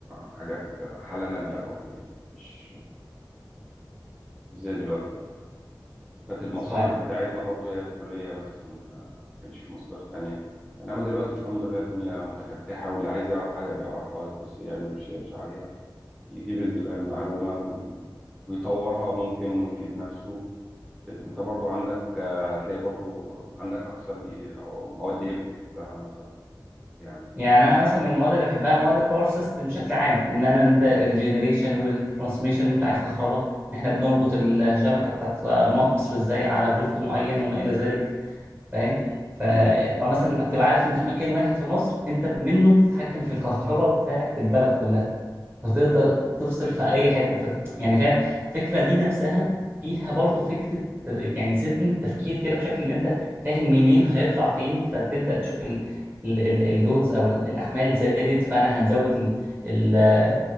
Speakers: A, in the centre; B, on the right (about 30°).
A: حاجات حالة نادرة برضو يعني مش مش زي دلوقتي وكانت المصادر
B: صح
A: بتاعتنا برضو هي الكلية بس ما كا- كانش في مصادر تانية إنما دلوقتي الحمد لله الدنيا متفتحة واللي عايز يعرف حاجة بيعرفها يخش يعمل ريسيرش عليها يجيب ال- المعلومة وي- ويطورها ممكن ويفيد نفسه كده. انت برضو عندك آه، هتلاقي برضو عندك أقسام إيه أو مواد إيه بتحبها مثلا اللي عندك
B: يعني انا مثلا من المواد اللي بحبها مواد الباور سيستم بشكل عام ان انا انت الجنريشن والترانسميشن بتاع الكهرباء ان احنا بنربط الشبكه بتاعت مصر ازاي على فولت معين وما الى ذلك فاهم ف...
A: تمام
B: فمثلا انك تبقى عارف ان في مكان واحد في مصر انت منه بتتحكم في الكهرباء بتاعت البلد كلها فتقدر
A: تمام
B: تفصل في اي حته في ال- يعني فاهم الفكره دي نفسها فيها برضو فكره يعني سن التفكير كده بشكل ان انت فاهم منين هيطلع فين فتبدا تشوف ال ال- ال- اللودز او ال- الاحمال زادت فانا هنزود ال- ال-